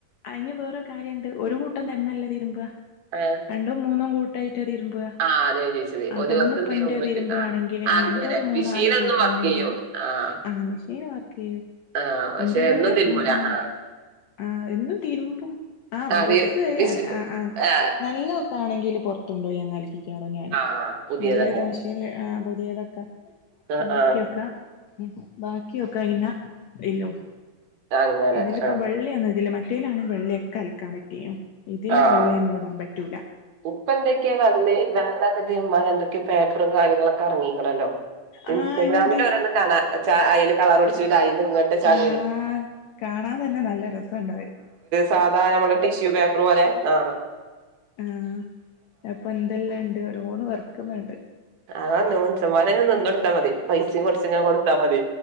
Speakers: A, on the left; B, on the right.
A: അതിന് വേറൊരു കാര്യമുണ്ട്. ഒരു കൂട്ടം തന്നെയല്ലാതിരുമ്പ.
B: ആഹ്
A: രണ്ടുംമൂന്നും കൂട്ടം കൂട്ടാ തീരുമ്പ
B: ആഹ് അതാ ഞാൻ ചോദിച്ചത്
A: ആപ്പൊ
B: ഒരു ദിവസം
A: ഇന്നിപ്പന്റെ
B: തിരുമ്പോ
A: തിരുമ്പുകയാണെങ്കില്
B: ആഹ്
A: എന്റെയൊരു
B: അങ്ങനെ
A: മൂന്നാലു
B: മെഷീനൊന്നും
A: കൂട്ടണ്ടെങ്കില്
B: വർക്ക് ചെയ്യോ ആഹ്
A: ആ, മെഷീനുവർക്കുചെയ്യൂ.
B: ആഹ് പക്ഷെ
A: എന്റെയൊര്
B: എന്നും തിരുമ്പൂല
A: ഉം.. ഉം
B: ആഹ്
A: ആ, എന്നുംതിരുമ്പും ആ...
B: ആഹ്
A: ഡ്രസ്സ്
B: തിര് വിശിക്കും
A: അല.. ആ.. ആ..
B: ആഹ്
A: നല്ലൊക്കെ ആണെങ്കിലും പുറത്തുകൊണ്ടുപോയങ്ങ് അലക്കിക്കാണോ ഞാന്
B: ആഹ് പുതിയതൊക്കെ
A: നല്ലതുമെഷീനില് പുതിയതക്കെ
B: ആഹ്
A: ബാക്കിയൊക്കെ,
B: ആഹ്
A: ബാക്കിയൊക്കെ ഇന അയിലും
B: അങ്ങനെ
A: ഇതിലിപ്പോ
B: ആഹ്
A: വെള്ളയൊന്നുമിതില് മറ്റേതിലാണെ വെള്ളയൊക്കെ അലക്കാൻ പറ്റിയേനെ ഇതിലുവെള്ളയൊന്നു
B: ആഹ്
A: മിടാൻ പറ്റും
B: ഇപ്പ എന്തൊക്കെയാ വെള്ള വെള്ളയൊക്കെ തീരുമ്പാൻ എന്തൊക്കെയോ പേപ്പറു കാര്യങ്ങളുമൊക്കെ ഇറങ്ങിയിരിക്കണല്ലോ ഇൻസ്റ്റഗ്രാമിൽ
A: ആഹ് ഇണ്ട്
B: ഓരോന്നു കാണാം. അതില് കളറു പിടിച്ചു. അതിന്നിങ്ങോട്ട് ചാടി
A: ആഹ്
B: വരും.
A: കാണാൻ തന്നെ നല്ല രസമുണ്ടായി
B: സാധാരണപോലെ ടിഷ്യൂ പേപ്പറുപോലെ, ആ...
A: ആ.. അപ്പൊഎന്തെല്ലാ ണ്ട്. ഓരോന്നു വർക്കു ന്നുണ്ട്
B: ആ, മനസമ്മാരങ് നിന്നോട്ത്താ മതി. പൈസയും കൊറച്ചെങ്ങാ കൊടുത്താമതി.